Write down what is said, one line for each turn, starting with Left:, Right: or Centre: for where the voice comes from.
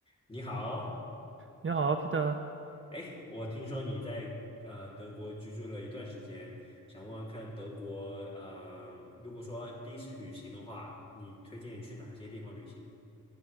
Left: 你好，
Right: 你好，Peter。
Left: 哎，我听说你在呃德国居住了一段时间，想问问看德国，呃，如果说第一次旅行的话，你推荐去哪些地方旅行？